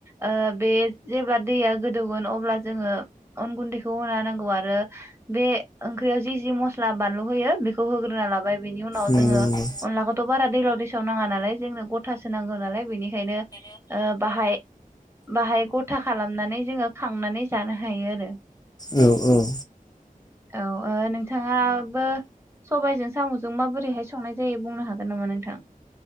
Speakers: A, on the right (about 15°); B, on the left (about 25°).
A: ओ बे जेब्ला दैया गोदौगोन अब्ला जोङो अन गुन्दैखौ होना नांगौ आरो बे ओंख्रियाव जि जि मस्ला बानलु होयो बेखौ होग्रोना लाबाय। बेनि उनाव
B: नंगौ
A: जोङो
B: नंगौ
A: अनलाखौथ बारा दैलाव दैसाव नाङा नालाय जोंनो गथासो नांगौ नालाय बेनि बेखायनो ओ बाहाय बाहाय गथा खालामनानै जोङो खांनानै जानो हायो। थायो आरो
B: औ औ
A: औ नोंथाङाबो सबायजों सामजों माबोरैहाय संनाय जायो बुंनो हागोन नामा नोंथां?